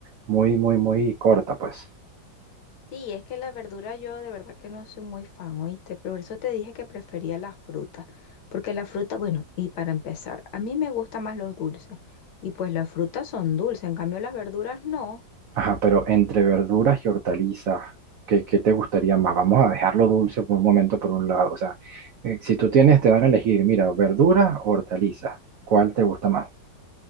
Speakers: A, on the right; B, on the left.
A: muy, muy, muy corta, pues.
B: Sí, es que la verdura yo de verdad que no soy muy fan, ¿oíste? Por eso te dije que prefería la fruta, porque la fruta, bueno, y para empezar, a mí me gustan más los dulces, y pues las frutas son dulces, en cambio las verduras no.
A: Ajá, pero entre verduras y hortalizas, ¿qué, qué te gustaría más? Vamos a dejarlo dulce por un momento por un lado. O sea, eh, si tú tienes, te dan a elegir, mira, verduras o hortalizas, ¿cuál te gusta más?